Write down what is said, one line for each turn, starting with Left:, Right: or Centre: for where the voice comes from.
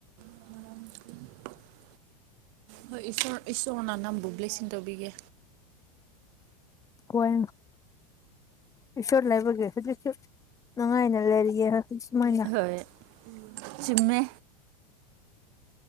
Right: ꯑ <unintelligible> ꯍꯣꯏ ꯏꯁꯣꯔ ꯏꯁꯣꯔꯅ ꯅꯝꯕꯨ ꯕꯂꯤꯁꯤꯡ ꯇꯧꯕꯤꯒꯦ
Left: ꯍꯣꯏ ꯏꯁꯣꯔ ꯂꯩꯕꯒꯤ ꯍꯧꯖꯤꯛꯁꯨ ꯅꯨꯡꯉꯥꯏꯅ ꯂꯩꯔꯤꯌꯦ ꯍꯧꯖꯤꯛ ꯁꯨꯃꯥꯏꯅ
Right: ꯍꯣꯏ ꯆꯤꯃꯦ